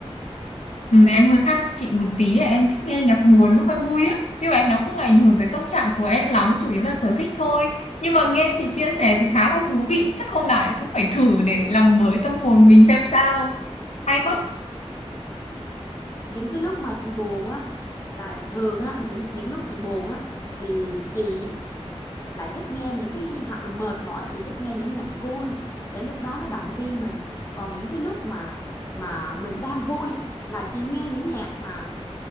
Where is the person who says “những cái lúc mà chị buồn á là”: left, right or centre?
Left